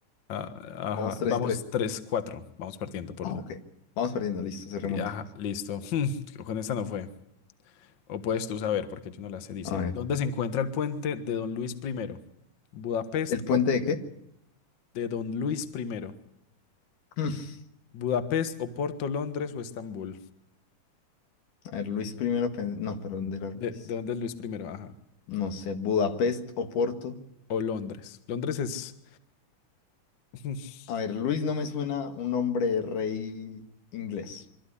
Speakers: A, on the left; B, on the left.
A: Ah, ajá,
B: Vamos tres
A: vamos
B: y tres.
A: tres cuatro Vamos partiendo por
B: Ah,
A: una.
B: ok. Vamos perdiendo, listo, se remonta.
A: Sí, ajá, listo. <laughs> Con esta no fue. O puedes tú saber, porque yo no la sé. Dice,
B: A ver.
A: ¿dónde se encuentra el puente de Don Luis primero ¿Budapest
B: ¿El puente
A: o
B: de qué?
A: de Don Luis primero
B: <laughs>
A: ¿Budapest o Porto, Londres o Estambul?
B: A ver, Luis primero, pen- no, pero ¿dónde era Luis?
A: ¿De, de dónde es Luis primero Ajá.
B: No sé, Budapest o Porto.
A: O Londres. Londres es... <laughs>
B: A ver, Luis no me suena un nombre de rey inglés.